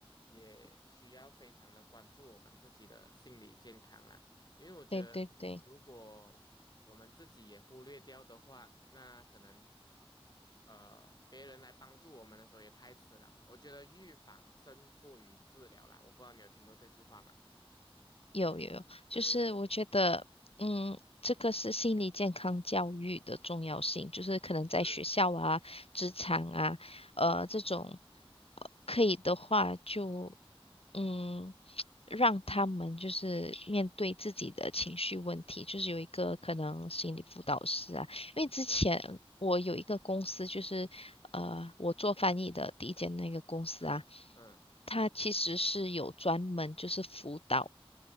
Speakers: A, on the left (about 45°); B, on the left (about 75°).
A: 也需要非常的关注我们自己的心理健康啦。因为我觉得，
B: 对对对。
A: 如果我们自己也忽略掉的话，那可能，呃，别人来帮助我们的时候也太迟了嘛。我觉得预防胜过于治疗啦。我不知道你有听过这句话吗？
B: 有有有，就是我觉得，
A: 对对
B: 嗯，这个是心理健康教育的重要性，就是可能在学校啊、
A: 对对
B: 职场啊，呃，
A: 是，是
B: 这种，呃可以的话就，嗯，让他们就是面对自己的情绪问题，就是有一个可能心理辅导师啊，因为之前我有一个公司，
A: 对，
B: 就是呃，我做翻译的第一间那个公司啊，
A: 嗯嗯，
B: 它其实是有专门就是辅导。